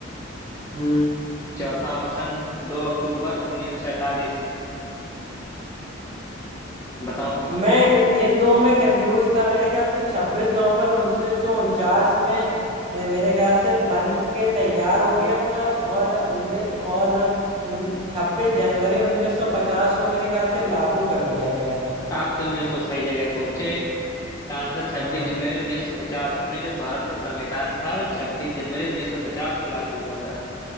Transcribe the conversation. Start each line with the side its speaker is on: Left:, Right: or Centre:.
Right: हम्म
Left: चौथा ऑप्शन दो अक्टूबर उन्नीस सौ सैतालीस बताओ
Right: मैं इन दो में कंफ्यूज था मेरे ख्याल से छब्बीस नवंबर उन्नीस सौ उनचास में ए, मेरे ख्याल से बन के तैयार हो गया था और उन्नीस और हम्म, छब्बीस जनवरी उन्नीस सौ पचास को मेरे ख्याल से लागू कर दिया गया था
Left: आप तो बिल्कुल सही जगह पहुंचे इसका आंसर
Right: हाँ
Left: 26 जनवरी 1950 अपने जो भारत का संविधान था वो 26 जनवरी 1950 को लागू हुआ था